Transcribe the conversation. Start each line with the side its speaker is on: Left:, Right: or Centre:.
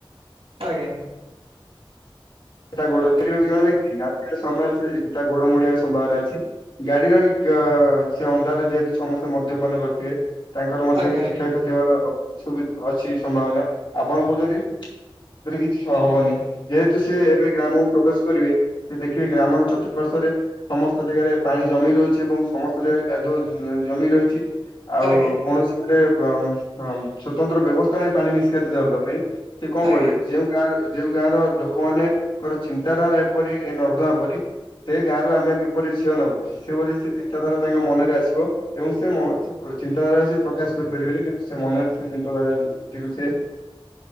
Right: ଆଜ୍ଞା।
Left: ତା ଗୋଡ଼ରେ ଜଣେ <unintelligible> ନାତି ସମୟରେ ସେ ତା ଗୋଡ଼ ମୋଡ଼ିବାର ସମ୍ଭାବନା ଅଛି। ଗାଡ଼ିର ବି ସେ ଅନ୍ଧାର ଯେହେତୁ ସମସ୍ତେ ମଦ୍ୟପାନ କରିଥିବେ। ତାଙ୍କର ମଧ୍ୟ
Right: ଆଜ୍ଞା
Left: କିଛି
Right: ଆଜ୍ଞା
Left: କ୍ଷୟକ୍ଷତି ହବାର ସୁବି ଅଛି ସମ୍ଭାବନା ଆପଣ କହୁଛନ୍ତି ସେଥିରେ କିଛି ହବନି ଯେହେତୁ ସେ ଏବେ ଗ୍ରାମକୁ ପ୍ରବେଶ କରିବେ ସେ ଦେଖିବେ ଗ୍ରାମର ଚତୁଃପାର୍ଶ୍ଵରେ ସମସ୍ତ ଜାଗାରେ ପାଣି ଜମିକି ରହିଛି ଏବଂ ସମସ୍ତ ଜାଗାରେ କାଦୁଅ ଜମି ରହିଛି। ଆଉ
Right: ଆଜ୍ଞା
Left: କୌଣସି ଗୋଟେ ଅ ଅ ସ୍ଵତନ୍ତ୍ର ବ୍ୟବସ୍ଥା ନାହିଁ ପାଣି ନିଷ୍କାତିିତ ହେବା ପାଇଁ। ସେ କଣ
Right: ଆଜ୍ଞା
Left: କହିବେ ଯେଉଁ ଗାଁ ଯେଉଁ ଗାଁ ର ଲୋକମାନେ ଙ୍କର ଚିନ୍ତାଧାରା ଏପରି ଏ ନର୍ଦ୍ଦମା ପରି ସେ ଗାଁରୁ ଆମେ କିପରି ଝିଅ ନବୁ ସେଭଳି ସେ ଚିନ୍ତାଧାରା ତାଙ୍କ ମନରେ ଆସିବ ଏବଂ ସେ ମ ଚିନ୍ତାଧାରା ସେ ପ୍ରକାଶ କରିପାରିବେନି କିନ୍ତୁ ସେ ମନରେ ସେ ଚିନ୍ତାଧାରତିକୁ ସେ